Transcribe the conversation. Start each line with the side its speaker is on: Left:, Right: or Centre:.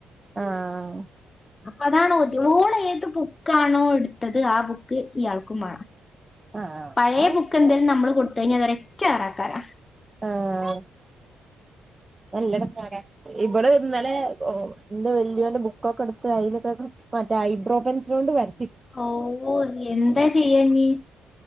Right: ആഹ
Left: അപ്പൊ അതാണോ ഓൾ ഏത് ബുക്കാണോ എടുത്തത് ആ ബുക്ക് ഇയാൾക്കും വേണം
Right: ആഹ്
Left: പഴയ
Right: ആഹ്
Left: ബുക്ക് എന്തേലും നമ്മള് കൊടുത്തു കഴിഞ്ഞാ അതൊ ഒറ്റ എറക്കാരാ
Right: ആഹ നല്ലടക്കാരാ ഇവിടെ ഇന്നലെ ഓ എന്റെ വല്ല്യവിന്റെ ബുക്കൊക്കെ എടുത്ത് അതിലൊക്കെ മറ്റേ ഹൈബ്രോ പെൻസിൾ കൊണ്ട് വര
Left: ഓ എന്താ ചെയ്യാ നീ